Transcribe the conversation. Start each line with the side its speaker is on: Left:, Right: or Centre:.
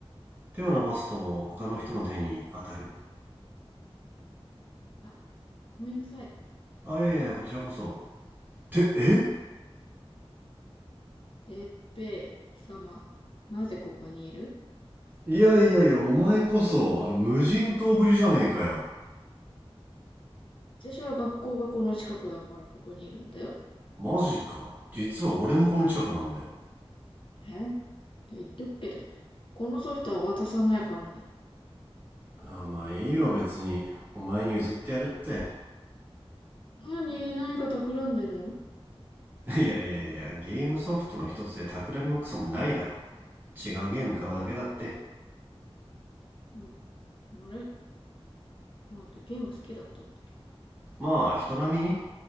Right: 手を伸ばすと他の人の手に当たる
Left: ー。あ、ごめんなさい。
Right: あいやいやこちらこそってえ
Left: てっぺい、貴様。なぜここにいる
Right: いやいやいやお前こそあの無人島ぶりじゃねえかよ
Left: 私は学校がこの近くだからここにいるんだよ。
Right: マジか実は俺もこの近くなんだよ
Left: え言っとくけど、このソフトは渡さないからね。
Right: ああまあいいよ別にお前に譲ってやるって
Left: 何、何か企んでんの
Right: いやいやいやゲームソフトの一つで企みもクソもないだろ違うゲーム買うだけだって
Left: うん。あれあ、待ってゲーム好きだったっけ
Right: まあ人並みに